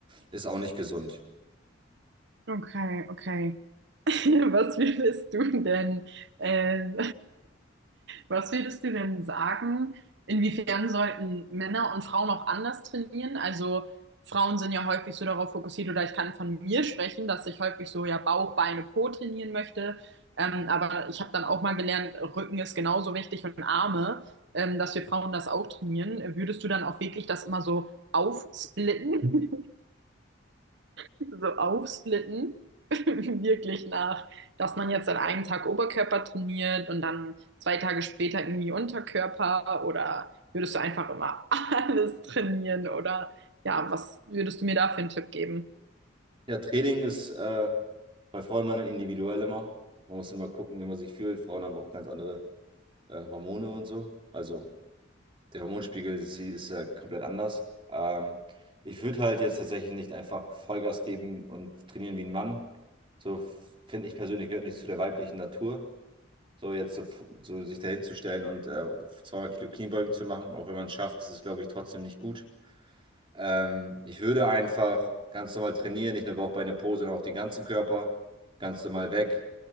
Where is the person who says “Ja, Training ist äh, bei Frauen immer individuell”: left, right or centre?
Right